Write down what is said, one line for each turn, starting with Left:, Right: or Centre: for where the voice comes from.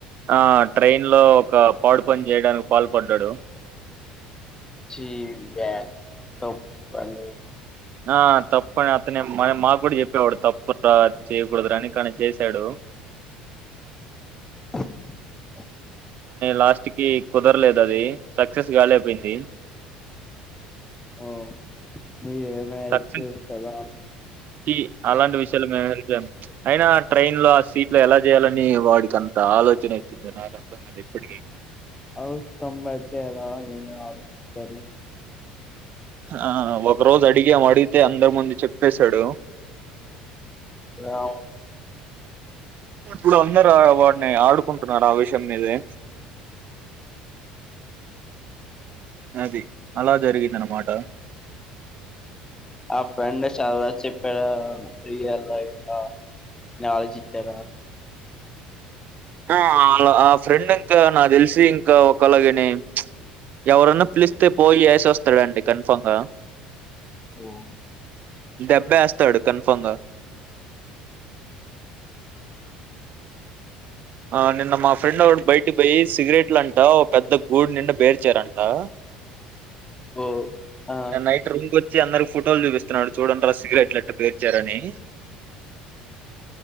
Right: ఆ ట్రైన్ లో ఒక పాడు పని చేయడానికి పాల్పడ్డాడు.
Left: చి యాక్ తప్పు పనులు
Right: ఆ తప్పని అతనే మా మాకు చెప్పేవాడు తప్పు దా చేయకూడదు రా అని కానీ చేసాడు.
Left: <inaudible>
Right: లాస్ట్ కి కుదరలేదు అది సక్సెస్ కాలేకపోయింది
Left: ఓ మీకేమన్నా
Right: సక్సెస్
Left: తెలుస్తదా
Right: ఛీ అలాంటి విషయాలు మేము చెయ్యం అయినా ట్రైన్ లో ఆ సీట్ లో ఎలా చేయాలని వాడికి అంత ఆలోచన వచ్చిందో నాకు అర్థం కాదు ఇప్పటికీ
Left: అవసరం బట్టే ఆ ఈ తడ బడుతారు
Right: ఆ ఒక రోజు అడిగాం అడిగితే అందరి ముందు చెప్పేశాడు
Left: వావ్
Right: ఇప్పుడు అందరు వాడిని ఆడుకుంటున్నారు ఆ విషయం మీదే అది అలా జరిగిందన్న మాట
Left: ఆ ఫ్రెండ్ చాలా చెప్పారు రియల్ లైఫ్ రా ఆలోచించారా
Right: మ్ అలా ఆ ఫ్రెండ్ ఇంకా నాకు తెలిసి ఇంకా ఒకళది విని ప్చ్ ఎవరన్నా పిలిస్తే పోయి ఏసి వస్తాడండి కన్ఫామ్ గా
Left: హ్హ్
Right: దెబ్బాస్తాడు కన్ఫామ్ గా ఆ నిన్న మా ఫ్రెండ్ ఒకడు బయటకి పోయి సిగరెట్లు అంటా పెద్ద ఊరి నిండా బెల్చారంట ఆ
Left: ఓ ఆ
Right: నిన్న నైట్ రూమ్ కీ అందరికి ఫోటోలు చూపిస్తున్నాడు చూడండిరా సిగరెట్లు ఎట్లా పేర్చారని